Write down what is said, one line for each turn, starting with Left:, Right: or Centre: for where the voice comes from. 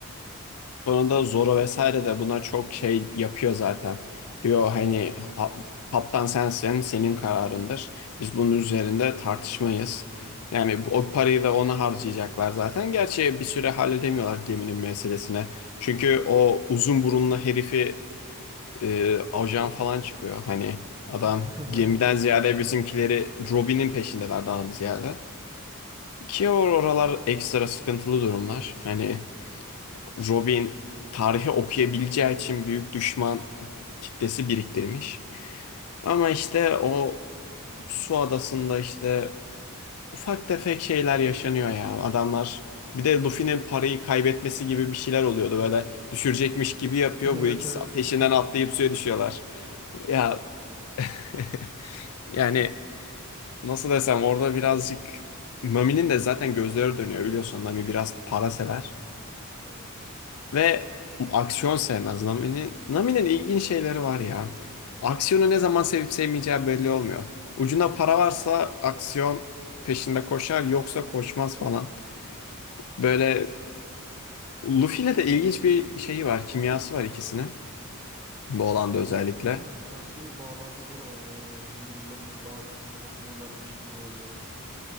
Left: Sonunda Zoro vesaire de buna çok şey yapıyor zaten. Diyor hani "Ha- kaptan sensin, senin kararındır. Biz bunun üzerinde tartışmayız. Yani bu- o parayı da ona harcayacaklar zaten. Gerçi bir süre halledemiyorlar geminin meselesine. Çünkü o uzun burunlu herifi e, ajan falan çıkıyor. Hani adam
Right: <laughs>
Left: gemiden ziyade bizimkileri Robin'in peşindeler daha ziyade. Ki or- oralar ekstra sıkıntılı durumlar. Hani Robin tarihi okuyabileceği için büyük düşman kitlesi biriktirmiş. Ama işte o su adasında işte ufak tefek şeyler yaşanıyor ya. Adamlar bir de Luffy'nin parayı kaybetmesi gibi bir şeyler oluyordu böyle düşürecekmiş gibi yapıyor
Right: Evet
Left: bu ikisi
Right: evet suya
Left: peşinden
Right: düşürecek.
Left: atlayıp suya düşüyorlar. Ya <laughs> yani nasıl desem orada birazcık Mami'nin de zaten gözleri dönüyor biliyorsun. Nami biraz para sever
Right: Evet evet.
Left: ve aksiyon sevmez. Nami'nin Nami'nin ilginç şeyleri var ya. Aksiyonu ne zaman sevip sevmeyeceği belli olmuyor. Ucunda para varsa aksiyon peşinde koşar yoksa koşmaz falan. Böyle Luffy'yle de ilginç bir şeyi var, kimyası var ikisinin. Bu olanda
Right: Ya
Left: özellikle.
Right: f- aynen farklı bir bağlantıları var ya böyle birbirlerini bazen tamamlıyorlarmış gibi oluyorlar.